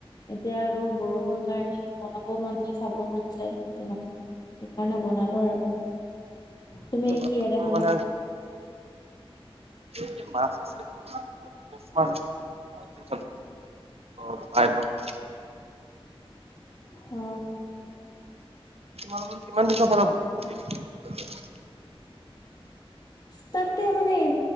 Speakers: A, on the left; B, on the right.
A: এতিয়া আৰু বৰষুণ কাৰণে বনাব মন যায়, খাব মন যায় তেনেকুৱা। সেইকাৰণে বনাব আৰু তুমি
B: তোমাৰ
A: কিহেৰে খালা?
B: মানে এ মাছ আছে <unintelligible> মাছ মাছ <unintelligible>
A: হু।
B: <unintelligible> হ'ল কিমান দিনৰ পৰা দি আছে
A: তাতে মানে এ